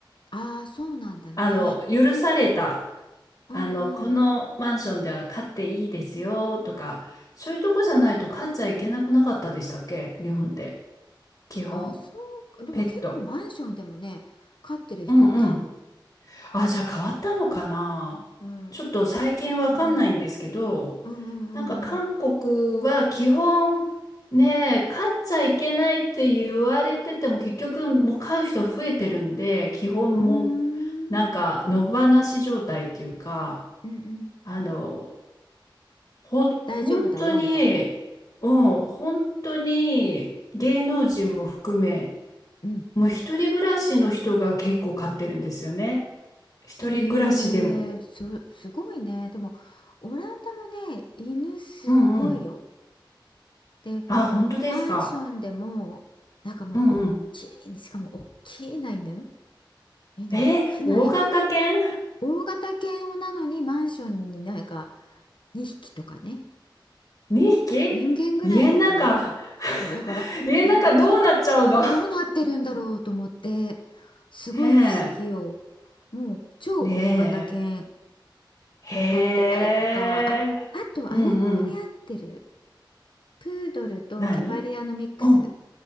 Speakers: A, on the left (about 75°); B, on the left (about 55°).
A: ああ、そうなんだね。
B: あの許された
A: うんうん。
B: あのこのマンションでは飼っていいですよとかそういうとこじゃないと飼っちゃいけなくなかったでしたっけ日本って基本
A: ああ、そう。でも結構マンションでもね、
B: ペット。
A: 飼ってる人いた。
B: うんうん。あ、じゃあ変わったのかな。
A: うん。
B: ちょっと最近わかんないんですけど、
A: うん。うんうんう
B: なんか韓国は基本ね、
A: んうん。
B: 買っちゃいけないって言われてても結局もう買う人増えてるんで、基本もう
A: うーん。
B: なんか野放し状態っていうか、
A: うんうん。
B: あの、ほ、
A: 大丈夫だよ、
B: 本当に、
A: みたいな。
B: うん、本当に芸能人も含め、
A: うん。
B: もう一人暮らしの人が結構買ってるんですよね。一人暮らしでも。
A: ええそ、すごいね。でも、オランダもね、犬すごいよ。
B: うんうん。
A: で、
B: あ、本当ですか。
A: マンションでも、なんかもう、
B: うんうん。
A: おっきい、しかも、おっきいな犬。みんなおっきな、
B: えー大型犬
A: 大型犬をなのに、マンションになんか、2匹とかね。
B: ?2 匹家の中、
A: 人間ぐらいの、うん、すそう、
B: <laughs>
A: だから、
B: 家の中どうなっちゃうの
A: え、この人、どうなってるんだろうと思って、すごい不思議よ。
B: ね
A: もう、超大型犬。
B: え、ねえ、
A: を飼ってたりとか、
B: へえ、
A: あ、あとあれも流行ってる。
B: うんうん。
A: プードルとキャバリアのミックス。
B: 何うん。